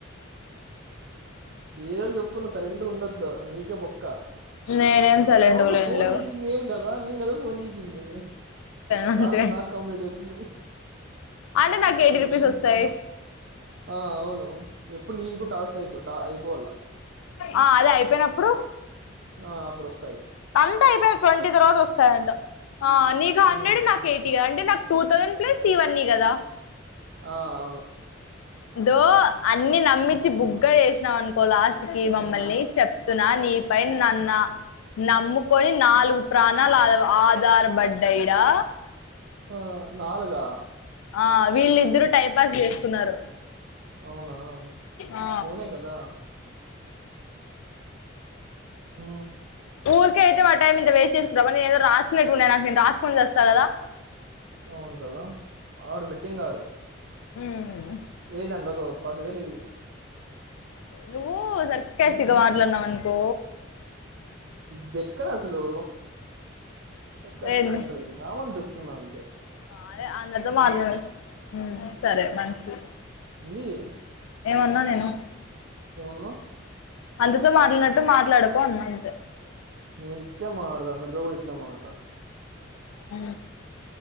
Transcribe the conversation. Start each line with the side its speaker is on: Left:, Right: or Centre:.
Right: ఏదో ఒకటి చెప్పు నువ్వు సైలెంట్ గా ఉండొద్దు నీకే బొక్క
Left: నేనేం సైలెంట్
Right: అవును
Left: గా లేనులే
Right: ఫోను
Left: ఇగ
Right: చేసింది నేను గదా! నేను కదా ఫోన్ చేసింది
Left: మంచిగా
Right: టాస్క్ నాకు కంప్లీట్ అవుతుంది
Left: అంటే
Right: స్ట్రీట్
Left: నాకు ఎయిటీ రూపీస్
Right: మామ్
Left: వస్తాయి
Right: ఆ అవును ఎప్పుడు నీది కూడా టాస్క్ అయిప్ దా అయిపోల
Left: ఆ అదే అయిపోయినప్పుడు
Right: ఆ! అప్పుడొస్తది.
Left: అంతా అయిపోయిన ట్వంటీ తర్వాత వస్తాదంట ఆ నీకు
Right: హ్మ్.
Left: హండ్రెడ్ నాకీ ఏటి గా అంటే నాక్ టూ థౌసండ్ ప్లస్ ఇవన్నీ కదా
Right: ఆ అవును
Left: దో అన్ని నమ్మించి
Right: హ్మ్.
Left: బుగ్గ చేస్ చేసినావ్ అనుకో లాస్ట్ లాస్ట్ కీ మమ్మల్ని
Right: నేనా?
Left: చెప్తున్నా నీ ప నన్న నమ్ముకొని నాలుగు ప్రాణాలు ఆధార్ బడ్డైడా
Right: ఆ నాలుగ
Left: ఆ వీళ్ళద్దరు టైం పాస్ చేసుకున్నారు
Right: అవునా?
Left: ఆ
Right: ఫోనే కదా హ
Left: ఊర్ కేతే వాడ టైం ఇంత వేస్ట్ చేసుకుంటా న ఏదో రాసుకునేట్టు ఉన్నాను నాకుేను రాసుకనిస్తా కదా
Right: అవును కదా ఆడు బెట్టింగ్ ఆడు
Left: హ్మ్
Right: ఏదండిలో ఒక పది వేయిలు అయ్యి
Left: హ ఓ సర్కేసిట్
Right: హ్మ్
Left: గా మాట్లాడనవండి ద
Right: ఇది ఎక్కడ అసలు స కస్ట్
Left: ఏంది
Right: కండ్ర దం నావ దు చెస్తున్నాంతే
Left: అదే అంగతే మాార్గంగా సరే మనషి
Right: న
Left: ఏమన్నా నేను
Right: ఏమన్నా
Left: అందుతో మాట్లానట్టు మాట్లాడుకో ఉన్నాంత
Right: నించే మదా అంద్ర ద ఇట్ల మదా
Left: ఆ